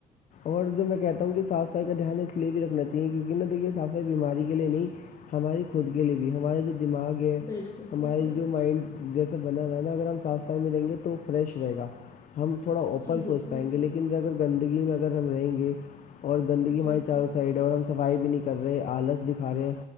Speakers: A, on the left; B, on the left.
A: اور جو میں کہتا ہوں کہ صاف صفائی کا دھیان اس لیے بھی رکھنا چاہیے کیونک نہ دیکھیے صاف صفائی بیماری کے لیے نہیں ہماری خود کے لیے بھی ہمارا جو دماغ ہے
B: بالکل
A: ہمارے
B: بالکل
A: جو مائنڈ جیسے سے بناوا ہے نہ اگر ہم صاف صفائی میں رہیں گے تو فریش رہے گا ہم تھوڑا اوپن
B: جی
A: سونچ
B: بالکل
A: پائیں
B: جی
A: گے لیکن اگر گندگی میں اگر ہم رہیں گے اور گندگی
B: جی
A: ہماری چاروں
B: جی
A: سا ئیڈ ہے اور ہم صفائی بھی نہیں کر رہے آلس دیکھا رہے ہیں